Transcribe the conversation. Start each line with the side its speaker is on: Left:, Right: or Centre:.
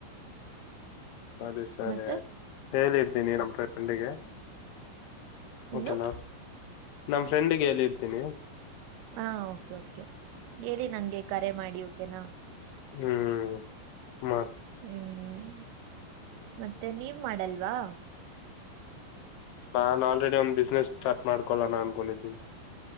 Left: ಸರಿ ಸರಿತ
Right: ಮತ್ತೆ
Left: ಹೇಳಿರ್ತೀನಿ ನಮ ಫ್ರೆಂಡಿಗೆ
Right: ಇನ್ನು
Left: ಓಕೆನಾ ನಮ್ಮ ಫ್ರೆಂಡಿಗೆ ಎಲ್ಲಿ ಇರ್ತೀನಿ
Right: ಹಾ ಕೆ ಕೆ ಹೇಳಿ ನಂಗೆ ಕರೆ ಮಾಡಿ ಓಕೆನಾ
Left: ಹ್ಮ್ ಮ
Right: ಹ್ಮ್ ಮತ್ತೆ ನೀವ್ ಮಾಡಲ್ವಾ
Left: ನಾು ಆಲ್ರೆಡಿ ಒಂದ ಬಿಸ್ನೆಸ್ ಸ್ಟಾರ್ಟ್ ಮಾಡ್ಕೊಳೋಣ ಅನ್ಕೊಂಡಿದ್ದೀಿ